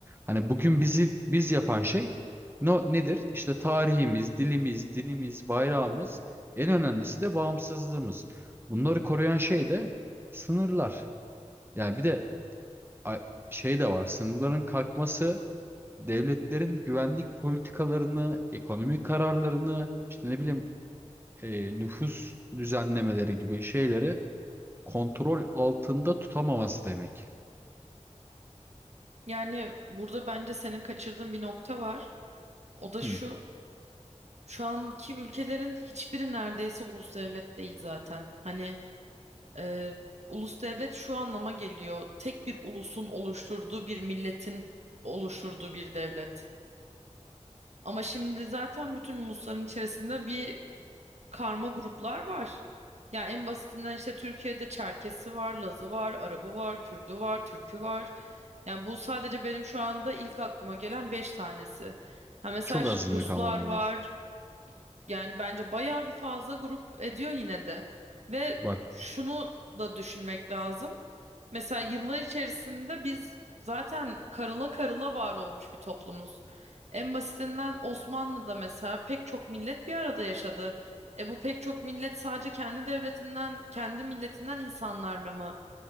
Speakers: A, on the right; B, on the right.
A: Hani bugün bizi biz yapan şey no, nedir? İşte tarihimiz, dilimiz, dinimiz, bayrağımız, en önemlisi de bağımsızlığımız. Bunları koruyan şey de sınırlar. Yani bir de a- şey de var. Sınırların kalkması devletlerin güvenlik politikalarını, ekonomik kararlarını, işte ne bileyim e, nüfus düzenlemeleri gibi şeyleri kontrol altında tutamaması demek.
B: Yani burada bence senin kaçırdığın bir nokta var. O da şu.
A: Hı,
B: Şu anki ülkelerin hiçbiri neredeyse ulus devlet değil zaten. Hani e, ulus devlet şu anlama geliyor. Tek bir ulusun oluşturduğu bir milletin oluşturduğu bir devlet. Ama şimdi zaten bütün ulusların içerisinde bir karma gruplar var. Yani en basitinden işte Türkiye'de Çerkesi var, Lazı var, Arabı var, Kürdü var, Türkü var. Yani bu sadece benim şu anda ilk aklıma gelen beş tanesi. Ha mesela
A: çok
B: şimdi
A: azınlık
B: Ruslar
A: ama bunlar.
B: var. Yani bence bayağı bir fazla grup ediyor yine de. Ve
A: Bak
B: şunu da düşünmek lazım. Mesela yıllar içerisinde biz zaten karıla karıla var olmuş bir toplumuz. En basitinden Osmanlı'da mesela pek çok millet bir arada yaşadı. E bu pek çok millet sadece kendi devletinden, kendi milletinden insanlarla mı